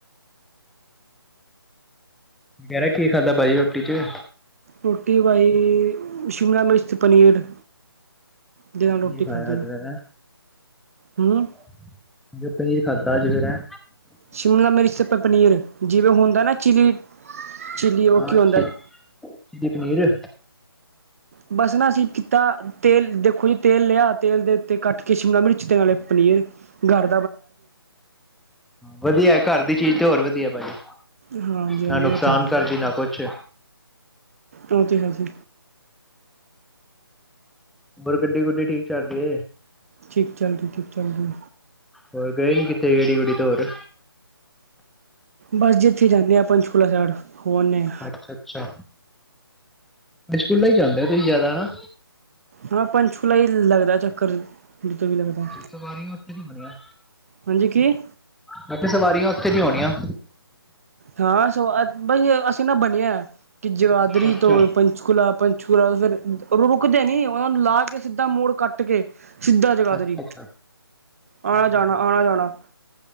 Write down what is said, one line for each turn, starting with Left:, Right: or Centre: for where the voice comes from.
Centre: ਕਿਹ ਰਿਹਾ ਕੀ ਖਾਧਾ ਭਾਜ਼ੀ ਰੋਟੀ ਚ।
Right: ਰੋਟੀ ਬਾਈ, ਸ਼ਿਮਲਾ ਮਿਰਚ ਤੇ ਪਨੀਰ। ਦੇ ਨਾਲ
Centre: ਪਨੀਰ
Right: ਰੋਟੀ
Centre: ਪਾਇਆਂ
Right: ਖਾਧੀ
Centre: ਅੱਜ ਫ਼ਿਰ ਹੈ।
Right: ਹੂੰ
Centre: ਅੱਛਾ, ਪਨੀਰ ਖਾਧਾ ਅੱਜ ਫ਼ਿਰ ਹੈ।
Right: ਸ਼ਿਮਲਾ ਮਿਰਚ ਤੇ ਪਨੀਰ, ਜਿਵੇਂ ਹੁੰਦਾ ਨਾ ਚਿਲੀ ਚਿੱਲੀ ਉਹ
Centre: ਆਛਾ
Right: ਕੀ ਹੁੰਦਾ
Centre: ਜੀ ਚਿੱਲੀ ਪਨੀਰ।
Right: ਬਸ ਨਾ ਅਸੀਂ ਕੀਤਾਂ। ਤੇਲ ਦੇਖੋਂ ਜੀ। ਤੇਲ ਲ਼ਿਆ ਤੇਲ ਦੇ ਉੱਤੇ ਕੱਟ ਕੇ ਸ਼ਿਮਲਾ ਮਿਰਚ ਤੇ ਨਾਲ਼ੇ ਪਨੀਰ ਗਰ
Centre: ਵਧੀਆਂ, ਘਰ ਦੀ ਚੀਜ਼ ਤੇ ਹੋਰ ਵਧੀਆਂ ਭਾਜ਼ੀ।
Right: ਹਾਂਜੀ
Centre: ਨਾ
Right: ਹਾਂਜੀ
Centre: ਨੁਕਸ਼ਾਨ
Right: ਉਹ ਤੇ ਹੈ
Centre: ਕਰਦੀ, ਨਾ ਕੁੱਛ।
Right: ਉਹ ਤੇ ਹੈ ਜੀ।
Centre: ਹੋਰ ਗੱਡੀ ਗੁੱਡੀ ਠੀਕ ਚੱਲਦੀ ਏਂ।
Right: ਠੀਕ ਚੱਲਦੀ, ਠੀਕ ਚੱਲਦੀ।
Centre: ਹੋਰ ਗਏ ਨੀਂ ਕਿੱਥੇ ਗੱਡੇ ਗੁਡੀ ਤੇ ਹੋਰ?
Right: ਬਸ ਜੀ ਇੱਥੇ ਜਾਂਨੇ ਆ, ਪੰਚਕੂਲਾ ਸੈਂਡ ਹੋ ਆਂਨੇ ਆ।
Centre: ਅੱਛਾ-ਅੱਛਾ। ਪੰਚਕੂਲਾ ਹੀ ਜਾਂਦੇ ਹੋ ਤੁਸੀਂ ਜ਼ਿਆਦਾ ਹੈਨਾ।
Right: ਹਾਂ, ਪੰਚਕੂਲਾ ਹੀ ਲੱਗਦਾ ਚੱਕਰ ਜਦੋਂ ਵੀ ਲੱਗਦਾ।
Centre: ਸਵਾਰੀਆਂ ਉੱਥੇ ਵੀ ਬਣਿਆਂ।
Right: ਹਾਂਜੀੇ ਕੀ?
Centre: ਮੈ ਖਿਆ ਸਵਾਰੀਆਂ ਉੱਥੇ ਦੀਆਂ ਹੋਣੀਆਂ।
Right: ਹਾਂ ਸਵਾ ਬਾਈ ਅਸੀਂ ਨਾ ਬਣਿਆ ਕਿ ਜਗਾਦਰੀ
Centre: ਅੱਛਾ
Right: ਤੋਂ ਪੰਚਕੁਲਾ ਪੰਚ ਫਿਰ ਰੁਕਦੇ ਨੀ ਉਹਨਾ ਨੂੰ ਲਾ ਕੇ ਸਿੱਧਾ ਮੋੜ ਕੱਟ ਕੇ ਸਿੱਧਾ ਜਗਾਧਰੀ
Centre: ਅੱਛਾ ਅੱਛਾ
Right: ਆਣਾ-ਜਾਣਾ,
Centre: ਅੱਛਾ
Right: ਆਣਾ-ਜਾਣਾ।